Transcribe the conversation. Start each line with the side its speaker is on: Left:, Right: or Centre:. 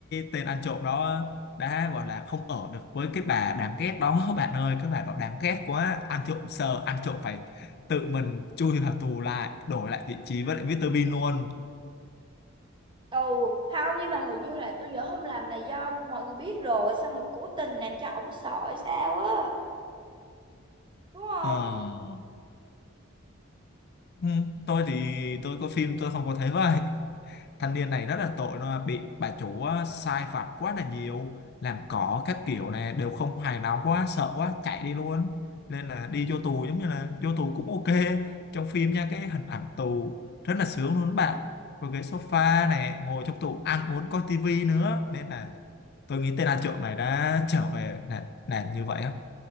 Left: tên ăn trộm đó đã gọi là không ở được với cái bà đáng ghét đó bạn ơi cái bà đó đáng ghét quá ăn trộm sợ ăn trộm phải tự mình chui vào tù lại đổi lại vị trí với lại mít tơ Bean luôn
Right: Ồ, không nhưng mà hình như là tôi nhớ hôm làm này do mọi người biết rồi xong rồi cố tình làm cho ổng sợ hay sao á đúng không
Left: ờ ừ, tôi thì tôi có phim tôi không có thấy vậy thanh niên này rất là tội nó bị bà chủ á, sai vặt quá là nhiều làm cỏ các kiểu này đều không hài lòng quá sợ quá chạy đi luôn nên là đi vô tù giống như là vô tù cũng ok trong phim nha cái hình ảnh tù rất là sướng luôn các bạn có ghế sofa này ngồi trong tù ăn uống coi tivi nữa nên là tôi nghĩ tên ăn trộm này đã trở về là, là như vậy á